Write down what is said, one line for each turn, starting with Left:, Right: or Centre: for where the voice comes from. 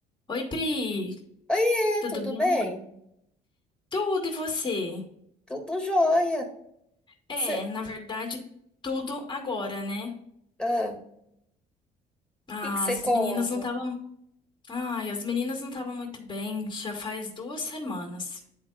Left: Oi, Pri,
Centre: Oiê,
Left: tudo
Centre: tudo
Left: bom?
Centre: bem?
Left: Tudo e você?
Centre: Tudo jóia.
Left: É,
Centre: Cê,
Left: na verdade, tudo agora, né?
Centre: ah, o
Left: As
Centre: que que você conta?
Left: meninas não estavam. Ai, as meninas não estavam muito bem, já faz duas semanas.